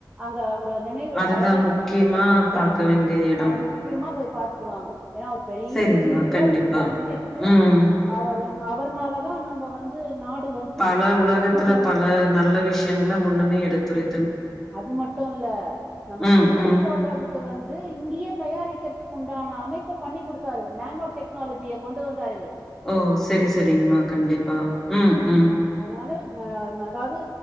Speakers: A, on the right; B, in the centre.
A: அங்க ஒரு நினைவிடோ
B: அதுதா
A: அழகா
B: முக்கியமா
A: கட்டப்பட்டுருக்காங்க
B: பாக்க வேண்டிய எடோ
A: அது முக்கியமா போய் பாத்துட்டு வாங்க ஏனா அவரு பெரிய
B: செரிங்மா
A: ஜீனியஸ்
B: கண்டிப்பா
A: ஒரு சயின்டிஸ்ட்டு
B: ம்
A: அவர் வந் அவர்னால தா நம்ம வந்து நாடு வந்து
B: பல உலகத்துல
A: கு-
B: பல நல்ல விஷயங்கல முன்னமே எடுத்துரை
A: அது மட்டு இல்ல நம்ம
B: ம்
A: குண்டு
B: ம்
A: போடுறதுக்கு வந் து இங்கேயே தயாரிக்கிறதுக்குண்டான அமைப்ப பண்ணி குடுத்தாரு இவுரு நனோ டெக்னாலஜிய கொண்டு வந்தாரு இவுரு
B: ஓ செரி செரிங்கமா கண்டிப்பா ம் ம்
A: அதுனால ந ம அதாவது